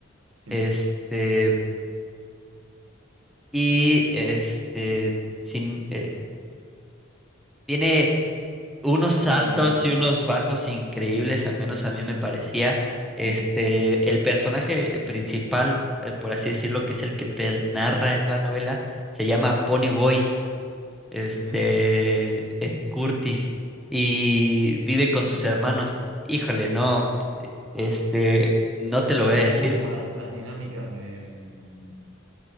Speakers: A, on the right; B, in the centre.
A: Sí,
B: Este, y este, sin, eh, tiene unos saltos
A: Como, como,
B: y unos bajos increíbles, al menos a mí me parecía.
A: sí.
B: Este, el personaje principal, eh, por así decirlo, que es el que te narra en la novela, se llama Pony Boy, este,
A: Ujú.
B: eh, Curtis, y vive con sus hermanos. Híjole, no, este, no te lo
A: Es
B: voy
A: un
B: a decir.
A: poco como las, las dinámicas de mm,